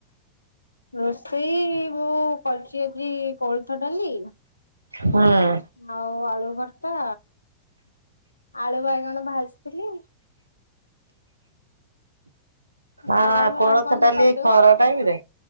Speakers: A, on the left; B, on the right.
A: ରୋଷେଇ ମୁଁ କରୁଚି ଆଜି କୋଳଥ ଡାଲି
B: ହୁଁ
A: ଆଉ ଆଳୁ ଭର୍ତା, ଆଳୁ ବାଇଗଣ ଭାଜଥିଲି। ସାଲାଡ
B: ଆଉ ଆ
A: ଫାଲାଡ
B: କୋଳଥ
A: କଣ
B: ଡାଲି
A: ଟିକେ କରିଦବା
B: ଏଇ ଖରା
A: ଆଉ
B: ଟାଇମରେ?